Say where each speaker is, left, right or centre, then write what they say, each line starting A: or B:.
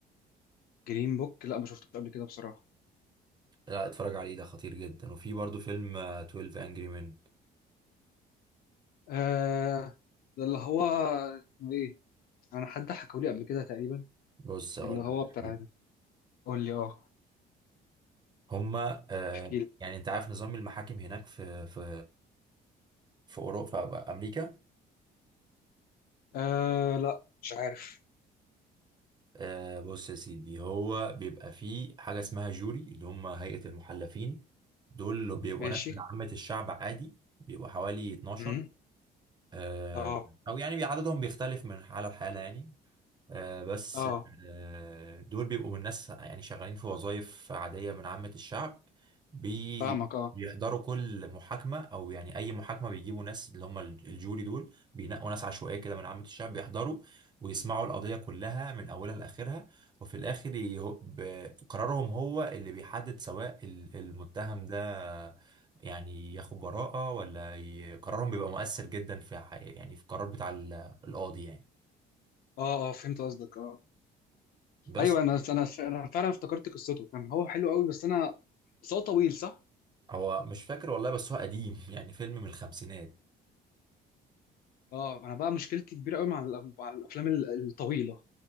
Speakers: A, on the left (about 60°); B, on the right (about 25°).
A: جرين بوك لا ما شفتوش قبل كده بصراحة
B: لا اتفرج عليه ده خطير جدا وفي برضو فيلم آه 12 Angry Men
A: آه ده اللي هو اسمه ايه انا حد حكوا لي قبل كده تقريبا
B: بص اقول
A: اللي هو
B: لك
A: بتاع
B: حاجة.
A: قول لي اه
B: هما آه
A: احكي لي
B: يعني انت عارف نظام المحاكم هناك في في في اوروبا في امريكا
A: آه لا مش عارف
B: آه بص يا سيدي هو بيبقى فيه حاجه اسمها جوري اللي هم هيئه المحلفين دول بيبقوا
A: ماشي
B: ناس من عامه الشعب عادي بيبقوا حوالي 12
A: امم
B: آه
A: اه
B: او يعني عددهم بيختلف من حاله لحاله يعني آه، بس
A: اه
B: آه، دول بيبقوا من ناس يعني شغالين في وظائف عادية من عامة الشعب بي
A: فاهمك اه
B: بيحضروا كل محاكمة أو يعني أي محاكمة بيجيبوا ناس اللي هم الجوري دول بينقوا ناس عشوائية كده من عامة الشعب بيحضروا ويسمعوا القضية كلها من أولها لآخرها وفي الآخر يه- ب- قرارهم هو اللي بيحدد سواء ال- المتهم ده يعني ياخد براءة ولا ي- قرارهم بيبقى مؤثر جدا في حقيقة يعني في القرار بتاع ال- القاضي يعني
A: اه اه فهمت قصدك اه
B: بس
A: ايوه انا انا انا فعلا افتكرت قصته كان هو حلو قوي بس انا بس هو طويل صح
B: هو مش فاكر والله بس هو قديم يعني فيلم من الخمسينات
A: اه انا بقى مشكلتي كبيره قوي مع الأف- مع الافلام ال- الطويله